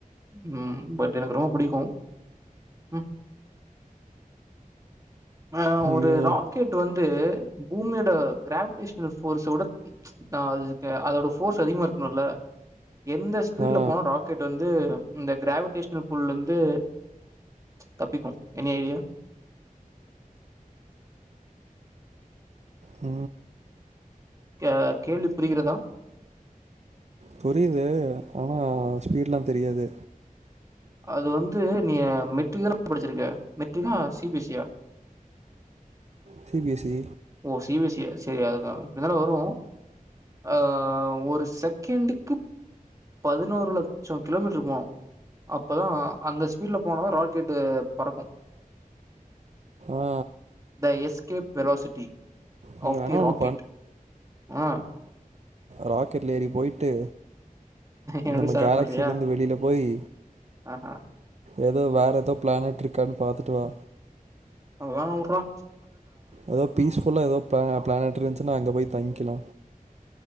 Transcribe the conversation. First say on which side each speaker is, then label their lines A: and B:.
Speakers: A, on the right; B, on the right.
A: ம் பட் எனக்கு ரொம்ப புடிக்கும் ம் ஆ
B: ஐயோ
A: ஒரு ராக்கெட் வந்து பூமியோட கிராவிடேஷனல் ஃபோர்ஸ விட ஆ அது அதோட ஃபோர்ஸ் அதிகமா இருக்கணுல்ல எந்த ஸ்பீட்ல
B: ஆ
A: போனோ ராக்கெட் வந்து இந்த கிராவிடேஷனல் கூல் இருந்து தப்பிக்கு எனி ஐடியா
B: உ
A: இக் கேள்வி புரிகிறதா
B: புரியுது ஆனா ஸ்பீட்ல்லா தெரியாது
A: அது வந்து நீ மெட்ரிக்லா படிச்சிருக்க மெடரிக்கா சிபிஎஸ்இ யா
B: சிபிஎஸ்இ
A: ஓ சி பி எஸ் இ யா வரு ஆ ஒரு செகன்ட் க்கு பதினோரு லட்சம் கிலோமீட்டர் போனோ அப்பதா அந்த ஸ்பீட்ல போனதா ராக்கெட்டு பறக்கு
B: ஆ
A: the escape velocity
B: நீ
A: ஆப்
B: வேணா
A: தி ராக்கெட்
B: ஒன்னு
A: ஆ
B: ராக்கெட் ல ஏறி போயிட்டு
A: என்னடி
B: நம்ம
A: சாவ
B: கேலக்சிலேருந்து
A: சொல்றியா
B: வெளியில போய்
A: ஆஹ
B: ஏதோ வேற ஏதோ பிளானட் இருக்கான் பாத்துட்டு வா
A: அதல்ல உர் ரா
B: ஏதோ பீஸ் ஃபுல்லா ஏதோ பிளா பிளானரியச்சுன்னா அங்க போய் தங்கிக்கலா